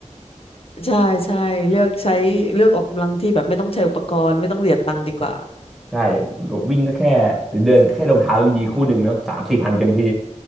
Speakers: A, on the left; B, in the centre.
A: ใช่ใช่เลือกใช้เลือกออกกำลังที่แบบไม่ต้องใช้อุปกรณ์ไม่ต้องเสียตังค์ดีกว่า
B: ใช่ลงวิ่งก็แค่หรือเดินแค่รองเท้าดีๆคู่หนึ่งเนาะสามสี่พันเต็มที่